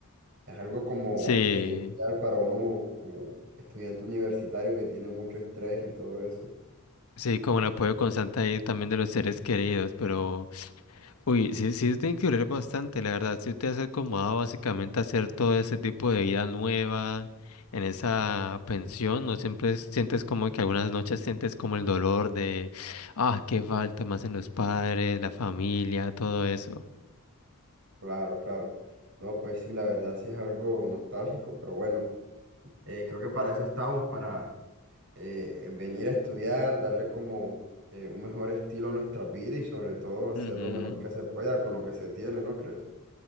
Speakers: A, on the right; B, on the left.
A: es algo como
B: Sí,
A: esencial para uno como estudiante universitario que tiene mucho estrés y todo eso.
B: sí, como el apoyo constante ahí también de los seres queridos, pero... Uy, sí, sí, tiene que doler bastante, la verdad. Si te has acomodado básicamente a hacer todo ese tipo de vida nueva en esa pensión, no siempre es- sientes como que algunas noches sientes como el dolor de, ah, qué falta más en los padres, la familia, todo eso.
A: Claro, claro. No, pues sí, la verdad sí es algo nostálgico, pero bueno, eh, creo que para eso estamos, para... eh, venir a estudiar, darle como eh, un mejor estilo a nuestra vida y sobre todo hacer
B: Ujú.
A: lo mejor que se pueda con lo que se tiene, ¿no crees?